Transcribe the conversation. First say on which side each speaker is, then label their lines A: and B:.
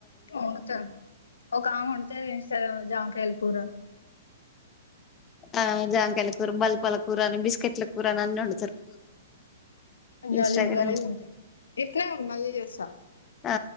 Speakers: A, on the left; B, on the left.
A: వండుతారు ఒకామె వంటజేస్తరు జామకాయలు కూర
B: ఆ జాంకయాల కూరు బల్పల్ల కూరనా బిస్కెట్ల కూరనా అన్ని వండుతారు
A: జాలి
B: ఇన్స్టాగ్రామ్
A: జాలి గా ఉంది ఇట్లే ఉండు మళ్ళీ చేస్తా
B: ఆ